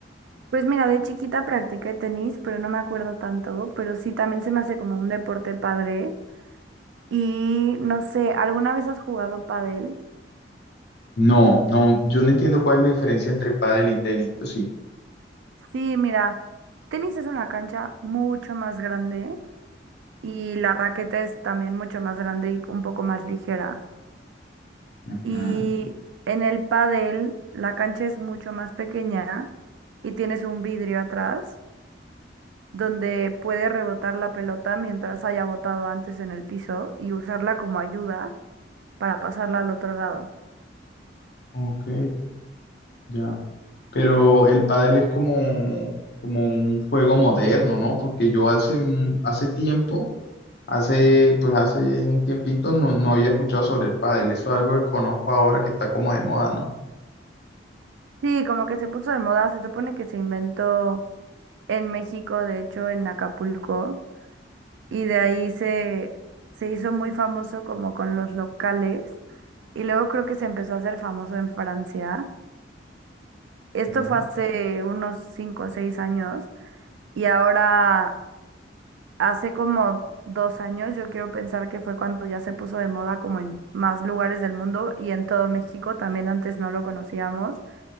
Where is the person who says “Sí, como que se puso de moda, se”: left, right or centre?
Right